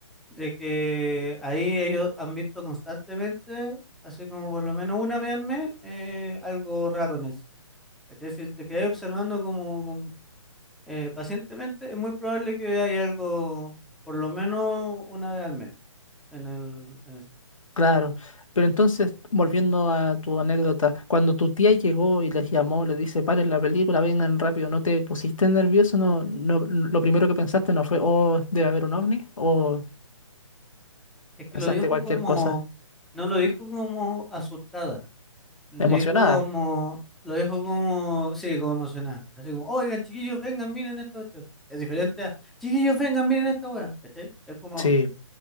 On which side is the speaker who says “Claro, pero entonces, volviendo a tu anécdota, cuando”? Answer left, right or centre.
Left